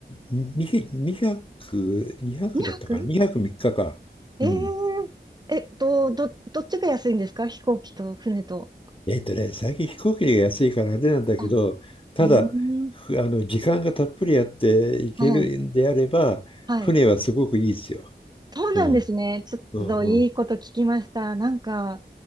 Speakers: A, on the left; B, on the right.
A: に200、にひゃくにひゃくだったかな、
B: ?2 泊
A: 2泊3日かか。
B: えー、
A: うん。
B: えっと、ど、どっちが安いんですか飛行機と船と。
A: えっとね、最近飛行機が安いからあれなんだけど、
B: あ、
A: ただ、
B: うーん。
A: ふあの、時間がたっぷりあって行けるんであれば、
B: はい。はい。
A: 船はすごくいいですよ。
B: そうなんですね。
A: うん。
B: ちょっといいこと聞きました。
A: うんうん
B: なんか、